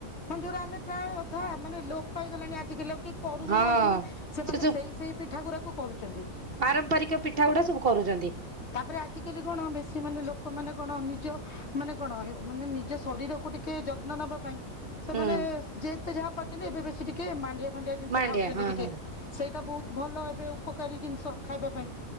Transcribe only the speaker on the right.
ହଁ
ସେ ସବୁ
ପାରମ୍ପରିକ ପିଠା ଗୁଡା ସବୁ କରୁଛନ୍ତି।
ହୁଁ।
ମାଣ୍ଡିଆ
ହଁ
ହଁ